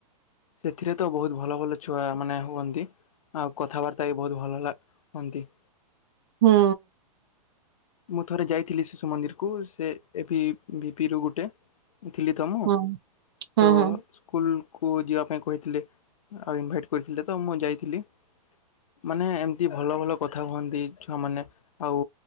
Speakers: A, on the left; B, on the right.
A: ସେଥିରେ ତ ବହୁତ ଭଲ ଭଲ ଛୁଆ ମାନେ ହୁଅନ୍ତି ଆଉ କଥାବାର୍ତ୍ତା ବି ବହୁତ ଭଲ ଲା ହୁଅନ୍ତି ।
B: ହୁଁ
A: ମୁଁ ଥରେ ଯାଇଥିଲି ଶିଶୁ ମନ୍ଦିରକୁ, ସେ ଏ ଭିପିରୁ ଗୋଟେ ଥିଲି ତ ମୁଁ
B: ହୁଁ। ହୁଁ
A: ତ
B: ହୁଁ
A: ସ୍କୁଲ କୁ ଯିବା ପାଇଁ କହିଥିଲେ ଆଉ ଇନଭାଇଟ୍ କରିଥିଲେ ତ, ମୁଁ ଯାଇଥିଲି । ମାନେ ଏମତି ଭଲ ଭଲ କଥା ହୁଅନ୍ତି ଛୁଆ ମାନେ, ଆଉ